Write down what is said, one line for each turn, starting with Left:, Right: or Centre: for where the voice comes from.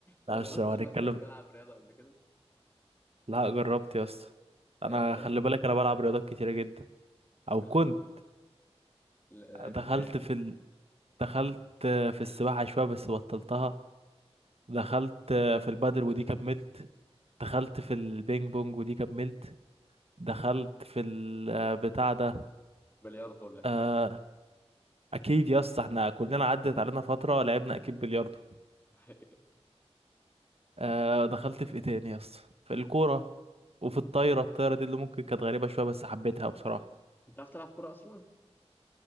Left: لو
Right: لا
Left: ما
Right: بس
Left: جربتش
Right: لو هنتكلم
Left: مثلا تلعب رياضة قبل كده؟
Right: لا جربت يا اسطى
Left: لعبت
Right: أنا
Left: ايه؟
Right: خلي بالك أنا بلعب رياضات كتيرة جدا
Left: قول
Right: أو كنت
Left: لي بقى لعبت
Right: دخلت
Left: ايه؟
Right: في ال... دخلت في السباحة شوية بس بطلتها دخلت آه، في البادل ودي كملت دخلت في البينج بونج ودي كملت دخلت في البتاع ده
Left: بلياردو ولا بتاع؟
Right: آه، اكيد يا اسطى احنا كلنا عدت علينا فتره لعبنا اكيد بلياردو
Left: <laughs>
Right: آه، دخلت في ايه تاني يا اسطى في الكوره وفي الطايره الطايره دي اللي ممكن كانت غريبه شويه بس حبيتها بصراحه
Left: انت عارف تلعب كورة أصلا؟